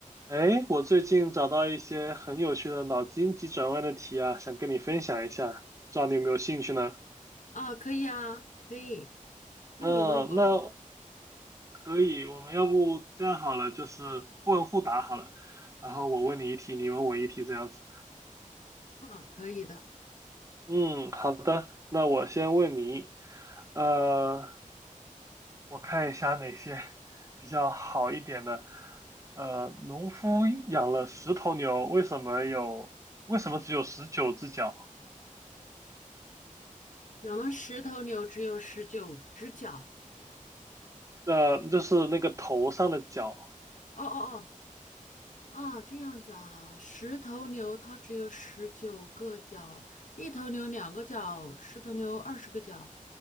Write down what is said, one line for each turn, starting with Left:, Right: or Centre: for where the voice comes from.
Right: 哎，我最近找到一些很有趣的脑筋急转弯的题啊，想跟你分享一下，不知道你有没有兴趣呢？
Left: 啊，可以啊，可以。那你问嗯我吧。
Right: 嗯，那可以，我们要不这样好了，就是互问互答好了，然后我问你一题，你问我一题，这样子。
Left: 嗯，可以的。
Right: 嗯，好的，那我先问你，呃，我看一下哪些 <laughs> 比较好一点的。呃，农夫养了十头牛，为什么有，为什么只有十九只脚？
Left: 养了十头牛，只有十九只脚。
Right: 呃，就是那个头上的角，
Left: 哦哦哦，啊，这样子啊。十头牛它只有十九个脚，一头牛两个脚，十头牛二十个脚，